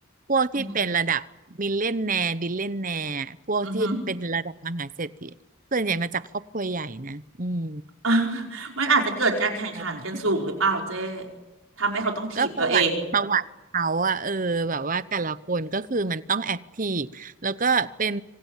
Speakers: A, on the right; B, on the right.
A: พวกที่เป็นระดับมิลเลนแนร์บิลเลนแนร์พวกที่เป็นระดับมหาเศรษฐีส่วนใหญ่มาจากครอบครัวใหญ่นะอืม
B: อืมอืม อ่ะ <laughs> มันอาจจะเกิดการแข่งขันกันสูงหรือเปล่าเจ๊
A: ประวัติ
B: ทำให้เขาต้องถีบตัวเอง
A: ก็ประวัติประวัติเขาอะเออแบบว่าแต่ละคนก็คือมันต้องแอคทีฟแล้วก็เป็น